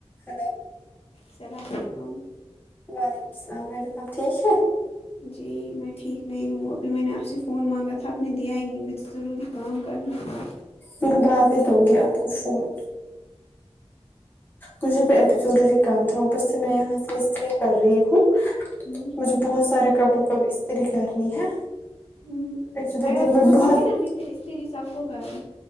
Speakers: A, on the left (about 20°); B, on the left (about 70°).
A: hello
B: سلام و علیکم
A: وعلیکم السلام میڈم آپ ٹھیک ہے
B: جی میں ٹھیک نہیں ہوں ابھی میں نے آپ سے فون مانگا تھا اب نے دیا ہی نہیں مجھ ضروری کام کرنا تھا
A: میں بعد میں دونگی آپ کو فون مجھے تو ابھی ضروری کام تھا اوپر سے میں یہاں سے استری کر رہی ہوں
B: ہوں،
A: مجھے بہت سارے کپڑ وں کو ابھی استری کرنی ہے
B: ہوں،
A: ایکچولی
B: اگر آپ
A: دن میں
B: فون
A: بہت
B: دونگی نا میں پھر استری سب کو کروں گی